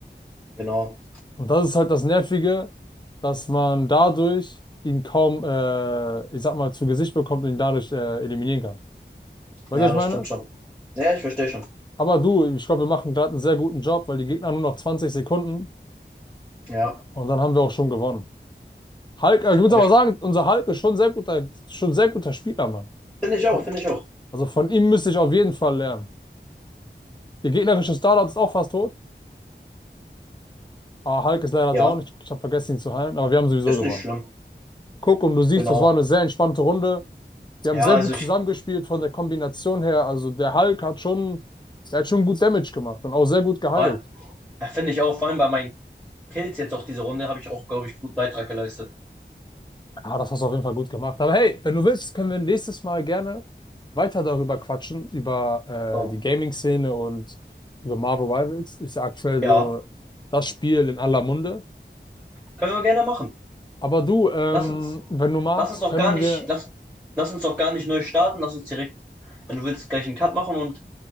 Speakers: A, in the centre; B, on the left.
A: Genau.
B: Und das ist halt das Nervige, dass man dadurch ihn kaum, äh, ich sag mal, zu Gesicht bekommt und ihn dadurch äh, eliminieren kann. Weißt
A: Ja,
B: du, was ich
A: das
B: meine?
A: stimmt schon. Ja, ich verstehe schon.
B: Aber du, ich glaube, wir machen gerade einen sehr guten Job, weil die Gegner haben nur noch 20 Sekunden
A: Ja.
B: und dann haben wir auch schon gewonnen. Hulk, äh, ich muss
A: Aber
B: aber
A: ich
B: sagen, unser Hulk ist schon sehr guter, schon sehr guter Spieler, Mann.
A: finde ich auch,
B: Von,
A: finde ich auch.
B: also von ihm müsste ich auf jeden Fall lernen. Der gegnerische Startup ist auch fast tot. Ah, Hulk ist leider
A: Ja,
B: down. Ich, ich habe vergessen, ihn zu heilen, aber wir haben sowieso
A: ist
B: gewonnen.
A: nicht schlimm.
B: Guck, und du siehst,
A: Genau.
B: das war eine sehr entspannte Runde. Wir
A: Ja,
B: haben sehr
A: also
B: gut zusammengespielt
A: ich
B: von der Kombination her. Also der Hulk hat schon, der hat schon gut Damage gemacht und auch sehr gut geheilt.
A: war- ja, finde ich auch, vor allem bei meinen Kills jetzt auch diese Runde, habe ich auch, glaube ich, einen guten Beitrag geleistet.
B: Ah, das hast du auf jeden Fall gut gemacht. Aber hey, wenn du willst, können wir nächstes Mal gerne weiter darüber quatschen, über
A: Genau.
B: äh, die Gaming-Szene und über Marvel Rivals. Ist ja aktuell
A: Ja.
B: so das Spiel in aller Munde.
A: Können wir gerne machen.
B: Aber du, ähm,
A: Lass uns,
B: wenn du magst,
A: lass uns auch
B: können
A: gar nicht,
B: wir,
A: lass, lass uns auch gar nicht neu starten, lass uns direkt, wenn du willst, gleich einen Cut machen und